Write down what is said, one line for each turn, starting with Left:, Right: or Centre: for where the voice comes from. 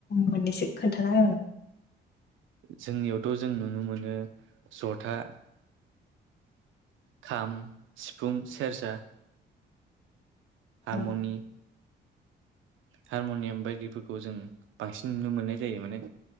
Left: मोननैसो खोन्थाना
Right: जोंनियावथ' जों नुनो मोनो जथा खाम सिफुं सेरजा हारमनि
Left: औ
Right: हारम'नियाम बायदिफोरखौ जों बांसिन नुनो मोननाय जायो माने